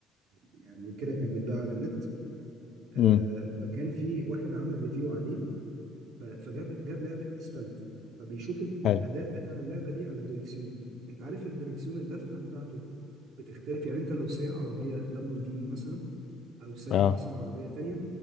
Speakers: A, on the right; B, on the left.
A: يعني كده كان بيتباع على النت آه،
B: امم
A: فكان في واحد عمل ريفيو عليه ف- فجاب جاب لعبه اسفلت فبيشوف ال-
B: حلو
A: الاداء بتاع اللعبه دي على الدريكسيون انت عارف الدريكسيون اللفه بتاعته بتختلف يعني انت لو سايق عربيه لامبورجيني مثلا او سايق
B: اه
A: مثلا عربيه تانية